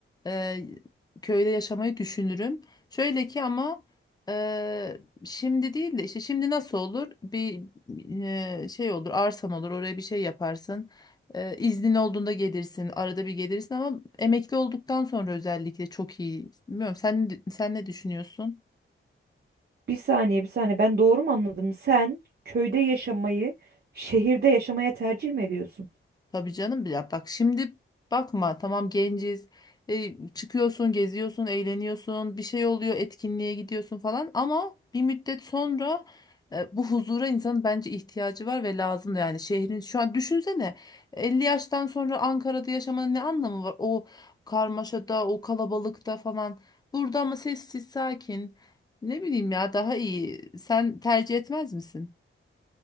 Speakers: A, on the left; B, on the right.
A: e, köyde yaşamayı düşünürüm. Şöyle ki ama e, şimdi değil de işte şimdi nasıl olur? Bir e, şey olur, arsan olur, oraya bir şey yaparsın. E, iznin olduğunda gelirsin, arada bir gelirsin ama emekli olduktan sonra özellikle çok iyi. Bilmiyorum sen sen ne düşünüyorsun?
B: Bir saniye, bir saniye. Ben doğru mu anladım? Sen köyde yaşamayı şehirde yaşamaya tercih mi ediyorsun?
A: Tabii canım ya bak şimdi bakma tamam genciz E, çıkıyorsun geziyorsun eğleniyorsun bir şey oluyor etkinliğe gidiyorsun falan ama bir müddet sonra e, bu huzura insanın bence ihtiyacı var ve lazım da yani şehrin şu an düşünsene 50 yaştan sonra Ankara'da yaşamanın ne anlamı var o karmaşada o kalabalıkta falan burada ama sessiz sakin ne bileyim ya daha iyi sen tercih etmez misin?